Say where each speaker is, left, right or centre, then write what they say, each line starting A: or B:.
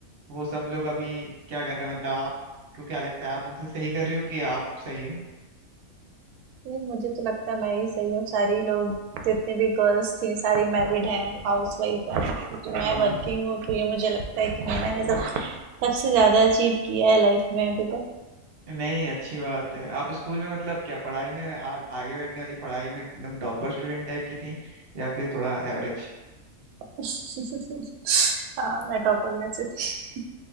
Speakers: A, on the right; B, on the right.
A: वो सब लोग अभी क्या कर रहे हैं मतलब आपको क्या लगता है आप उनसे सही कर रही हो कि आप सही हो
B: नहीं मुझे तो लगता है मैं ही सही हूँ सारी लोग जितने भी गर्ल्स थी सारी मैरिड हैं हाउस वाइफ हैं तो मैं
A: हाँ
B: वर्किंग हूँ तो ये मुझे लगता है कि मैंने सब सबसे ज्यादा अचीव किया है लाइफ में अभी तक
A: नहीं अच्छी बात है आप स्कूल में मतलब क्या पढ़ाई में आ, आगे बैठने वाली पढ़ाई में एकदम टॉपर स्टूडेंट टाइप की थी या फिर थोड़ा एवरेज
B: <laughs> हाँ मैं टॉपर में से थी